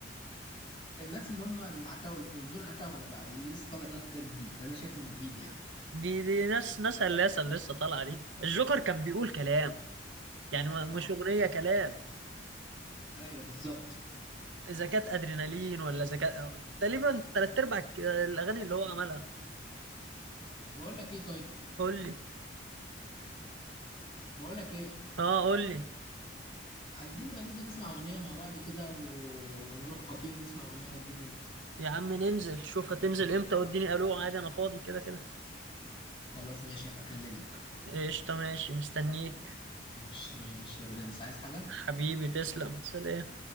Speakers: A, on the left (about 30°); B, on the right (about 80°).
A: الناس اللي هم العتاوله دول دول عتاوله بقى اللي لسه طالع دلوقتي ده جديد انا شايف انه جديد يعني
B: دي دي ناس ناس هلاسه اللي لسه طالعه دي الجوكر كان بيقول كلام يعني ما- مش
A: اه
B: اغنيه كلام
A: ايوه بالظبط
B: اذا كانت ادرينالين ولا اذا كانت تقريبا تلات ارباع ك- الاغاني اللي هو عملها
A: بقول لك ايه طيب
B: قول لي
A: بقول لك ايه
B: اه قول لي
A: عايزين نبقى ننزل نسمع اغنيه مع بعض كده و- ونروح كافيه ونسمع اغنيه والدنيا دي
B: يا عم ننزل شوف هتنزل امتى واديني الو عادي انا فاضي كده كده
A: خلاص ماشي هبقى اكلمك
B: قشطه ماشي مستنيك
A: ماشي ماشي يا برنس عايز حاجه
B: حبيبي تسلم سلام